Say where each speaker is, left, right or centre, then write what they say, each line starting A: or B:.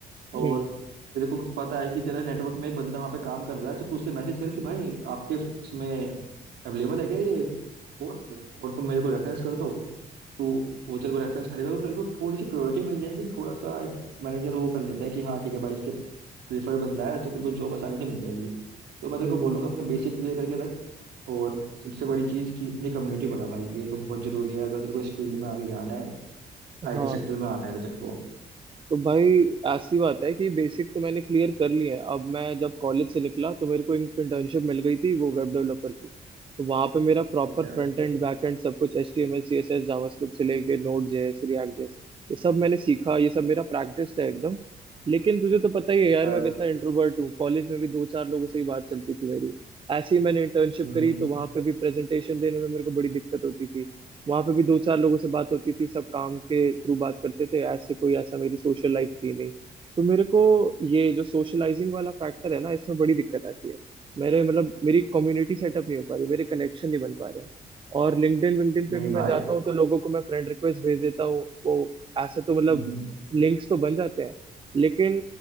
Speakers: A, on the right; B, on the right.
A: हम्म
B: और तेरे को कुछ पता है कि तेरा नेटवर्क में एक बंदा वहाँ पे काम कर रहा है तो तू उससे मैसेज कर कि भाई आपके फ- उसमें अवेलेबल है क्या ये पोस्ट और तुम मेरे को रेफरेंस कर दो तू वो तेरे को रेफरेंस करेगा तो तेरे को थोड़ी सी प्रायोरिटी मिल जाएगी थोड़ा सा एक मैनेजर वो कर लेता है कि हाँ ठीक है भाई इसके प्रेफर्ड बंदा है तो तेरे को जॉब आसानी से मिल जाएगी तो मैं तेरे
A: हम्म
B: को बोलूंगा अपने बेसिक क्लियर करके रख और सबसे बड़ी चीज़ कि अपनी कम्युनिटी बढ़ा भाई ये तो बहुत जरूरी है अगर तेरे को इस फील्ड में आगे जाना है आईटी
A: हाँ
B: सेक्टर में आना है तो तेरे को
A: तो भाई ऐसी बात है कि बेसिक तो मैंने क्लियर कर लिए हैं अब मैं जब कॉलेज से निकला तो मेरे को इंटर्नशिप मिल गई थी वो वेब डेवलपर की तो वहां पे मेरा proper
B: ठीक है
A: front end back end सब कुछ H T M L C S S JavaScript से लेके नोड जेएस रिएक्ट जेएस ये सब मैंने सीखा ये सब मेरा प्रैक्टिस है एकदम लेकिन तुझे तो पता ही है
B: खैर,
A: यार मैं कितना इंट्रोवर्ट हूँ कॉलेज में भी दो चार लोगों से ही बात चलती थी मेरी ऐसे ही मैंने इंटर्नशिप
B: हम्म
A: करी
B: हम्म,
A: तो वहां पे भी प्रेजेंटेशन देने में मेरे को बड़ी दिक्कत होती थी वहां पे भी दो चार लोगों से बात होती थी सब काम के थ्रू बात करते थे ऐसे कोई ऐसा मेरी सोशल लाइफ थी नहीं तो मेरे को ये जो सोशलाइजिंग वाला फैक्टर है ना इसमें बड़ी दिक्कत आती है मेरे मतलब मेरी कम्युनिटी सेटअप नहीं हो पा रही मेरे कनेक्शन नहीं बन पा रहे हैं और लिंक्डइन विंक्डइन पे
B: नहीं
A: भी मैं
B: भाई
A: जाता हूँ तो लोगों को मैं फ्रेंड रिक्वेस्ट भेज देता हूँ वो ऐसे तो मतलब
B: हम्म हम्म
A: लिंक्स तो बन जाते हैं लेकिन